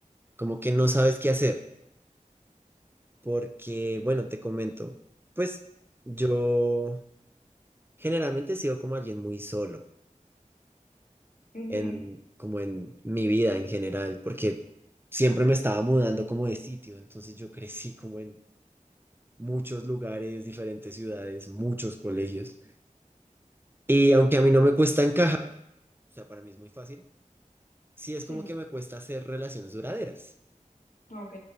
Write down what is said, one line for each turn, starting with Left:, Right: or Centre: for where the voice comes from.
Right: como que no sabes qué hacer porque, bueno, te comento, pues yo generalmente he sido como alguien muy solo
Left: Ujú,
Right: en, como en mi vida en general, porque siempre me estaba mudando como de sitio, entonces yo crecí como en muchos lugares, diferentes ciudades, muchos colegios, y aunque a mí no me cuesta encajar, o sea, para mí es muy fácil, sí es
Left: Sí,
Right: como que me cuesta hacer relaciones duraderas,
Left: ok.